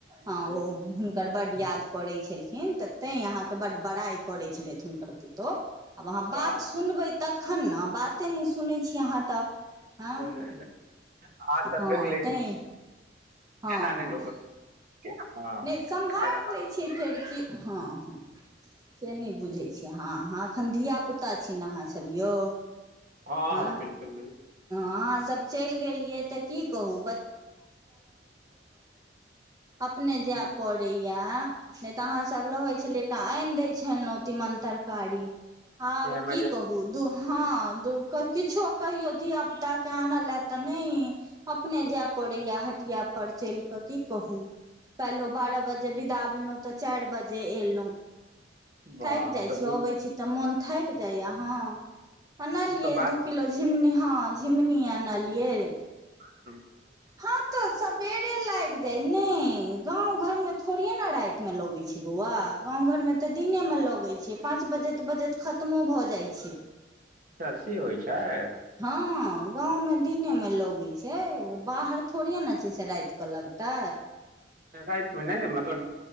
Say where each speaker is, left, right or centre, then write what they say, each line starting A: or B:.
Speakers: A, on the right (about 20°); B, on the right (about 50°).
A: ह
B: तो
A: ओ हुनकर ब याद करैत छलखिन तऽ तै अहाँके बड्ड बड़ाइ करैत छलथि हुनकर पुतोहु आब अहाँ
B: बाप
A: बात सुनबै तखन ने बाते नहि सुनैत छी अहाँ तऽ हाँ
B: रे नहि नहि अहाँ तऽ
A: हाँ
B: लोकि लै
A: तै
B: छी
A: हाँ
B: एना नहि
A: हाँ
B: लोक हँ
A: नहि सम्भहारि
B: आगाँ
A: लै छियै फेर की हाँ हाँ से नहि बुझै छियै हँ अहाँ एखन धियापुता छी ने अहाँसभब यौ
B: हँ
A: हाँ
B: हँ बिल्कुल
A: आँ सब चल गेलियौ त की कहूँ अपने
B: बिल्कुल
A: जे पड़ैया नहि तऽ अहाँसब रहै छलै तऽ आनि दै छलहुँ तीमन तरकारी आब
B: इमरजेंसी
A: की कहू दू हाँ दो किछो कहियो धिया पुता के आनले तऽ नहि अपने जाय पड़े या हटिया पर चल के की कहु कालहो बारह बजे बिदा भैलौ त चार बजे एलउ
B: वाह
A: थाक जाई
B: तऽ
A: छी
B: दू
A: ओबैछी त मोन ठायकि जाइए हँ आनलियै
B: तऽ बारह
A: दू
B: बजे
A: किलो झिङ्ंगुनी हँ झिङ्गुनी आनलियै
B: ह्म
A: हँ तऽ सबेरे लागि जाइ ने गाँव घर मे थोड़िये ने राति मे लगैत छै बौआ गाँव घर मे तऽ दिने मे लगैत छै पाँच बजत बजत खत्मो भऽ जाइ छै
B: अचछा से होइ छै
A: हँ गाँवमे दिनेमे लगैत छै ओ बाहर थोड़े ने छै से रात कऽ लगत त
B: रातमेने मतलब